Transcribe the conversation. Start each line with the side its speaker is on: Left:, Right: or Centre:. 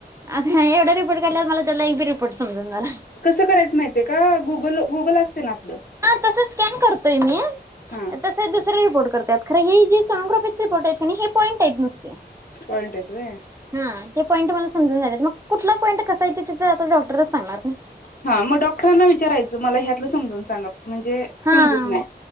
Right: आता एवढा रिपोर्ट काढला मला त्यातला एक बी रिपोर्ट समजना झाला
Left: कसं करायचं माहिते का? गुगल गुगल असते ना आपलं
Right: तस स्कॅन करतोय मी
Left: हा
Right: तस दुसरे रिपोर्ट करतात, खरे हे जे सोनोग्राफीचे रिपोर्ट आहेत हे पॉईंटयत नुसत्या
Left: पॉंइट आहेत व्हय.
Right: हा ते पॉईंट मला समजना झाल्यात मग कुठला पॉईंट कसा येते तिथं आता डॉक्टरस सांगणार नाही.
Left: हा म डॉक्टरांना विचारायचं मला ह्यातलं समजवून सांगा म्हणजे
Right: हा
Left: समजत नाही